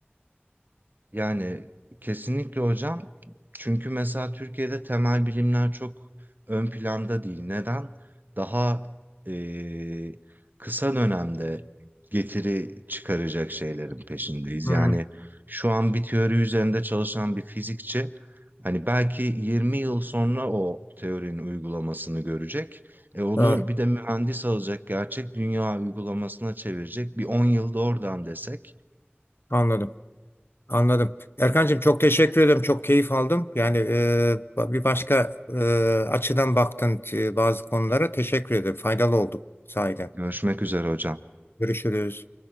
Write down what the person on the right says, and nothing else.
Yani kesinlikle hocam. Çünkü mesela Türkiye'de temel bilimler çok ön planda değil. Neden? Daha eee, kısa dönemde getiri çıkaracak şeylerin peşindeyiz.
Yani şu an bir teori üzerinde çalışan bir fizikçi hani belki 20 yıl sonra o teorinin uygulamasını görecek. E onu
bir de mühendis alacak, gerçek dünya uygulamasına çevirecek. Bir 10 yılda oradan desek.
Görüşmek üzere hocam.